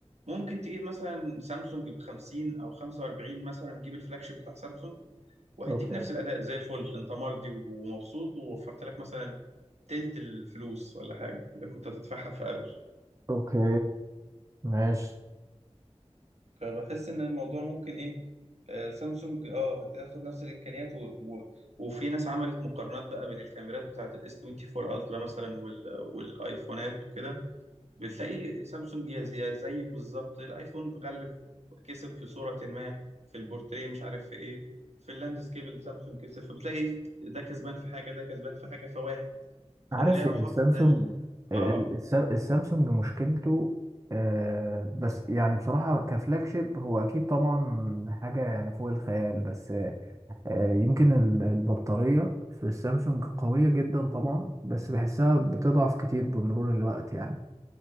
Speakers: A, on the right (about 75°); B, on the right (about 30°).
A: ممكن تجيب مثلا سامسونج بخمسين أو خمسة وأربعين مثلا تجيب الفلاج شيب بتاع سامسونج وهيديك
B: اوكي
A: نفس الاداء زي الفل انت مرضي ومبسوط ووفرت لك مثلا تلت الفلوس ولا حاجه اللي كنت هتدفعها في ابل
B: اوكي ماشي
A: فبحس ان الموضوع ممكن ايه آه، سامسونج اه هتاخد نفس الامكانيات و... و... وفي ناس عملت مقارنات بقى بين الكاميرات بتاعه الاس 24 الترا مثلا وال... والايفونات وكده بتلاقي سامسونج يا زي- يا زيه بالظبط الايفون اتغلب كسب في صوره ما في البورتريه مش عارف في ايه في اللاندسكيب اللي سامسونج كسب فبتلاقي إيه، ده كسبان في حاجه ده كسبان في حاجه فواحد فانا
B: عارف
A: ليه اروح
B: السامسونج
A: ادفع ال...
B: ال-
A: اه
B: الس- السامسونج مشكلته آه، بس يعني بصراحة كفلاج شيب هو أكيد طبعا حاجة يعني فوق الخيال بس آه، يمكن ال- البطارية في السامسونج قوية جدا طبعا بس بحسها بتضعف كتير بمرور الوقت يعني